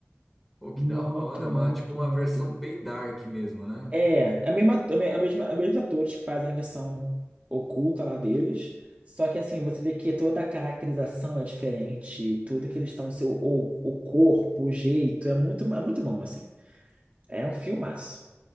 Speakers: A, in the centre; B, on the right.
A: Pô, que
B: Muito,
A: da hora,
B: muito,
A: uma, tipo uma
B: muito.
A: versão bem dark mesmo, né?
B: É, é a mesma, ato- é a mesma, é os mesmos atores que fazem a versão oculta lá deles. Só que assim, você vê que toda a caracterização é diferente, tudo que eles estão, seu, o, o corpo, o jeito, é muito, é muito bom, assim. É um filmaço.